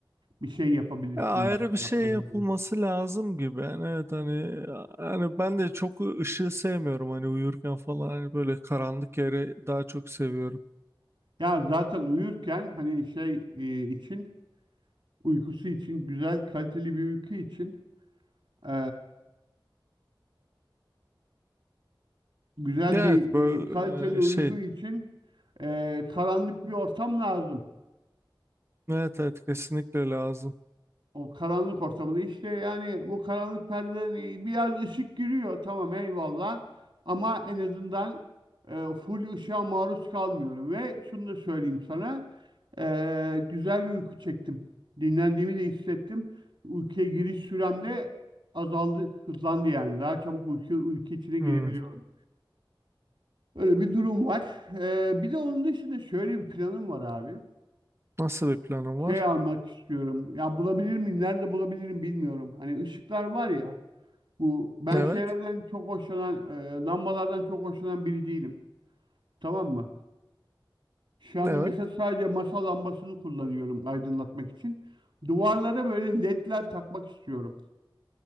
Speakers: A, on the right; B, on the right.
A: bir şey yapabilirsin
B: Ya ayrı
A: belki
B: bir
A: yaptırabilirsin.
B: şey yapılması lazım gibi. Yani evet hani hani ben de çok ışığı sevmiyorum hani uyurken falan hani böyle karanlık yeri daha çok seviyorum.
A: Ya zaten uyurken hani şey e, için uykusu için güzel kaliteli bir uyku için e, güzel
B: Evet
A: bir
B: böyle
A: e, kaliteli
B: e,
A: uygu
B: şey
A: için e, karanlık bir ortam lazım.
B: evet evet kesinlikle lazım.
A: O karanlık ortamında işte yani bu karanlık perdeden biraz ışık giriyor tamam eyvallah ama en azından e, full ışığa maruz kalmıyorum ve şunu da söyleyeyim sana e, güzel bir uyku çektim. Dinlendiğimi de hissettim. Uykuya giriş sürem de azaldı, hızlandı yani. Daha çabuk uyku, uyku içine girebiliyorum.
B: Hmm,
A: Öyle bir durum var. Ee, bir de onun dışında şöyle bir planım var abi.
B: Nasıl bir planım
A: Şey
B: var?
A: almak istiyorum. Ya bulabilir miyim? Nerede bulabilirim bilmiyorum. Hani ışıklar var ya. Bu ben
B: Evet.
A: şeylerden çok hoşlanan, e, lambalardan çok hoşlanan biri değilim. Tamam mı? Şu anda
B: Evet.
A: mesela sadece masa lambasını kullanıyorum aydınlatmak için. Duvarlara böyle ledler takmak istiyorum.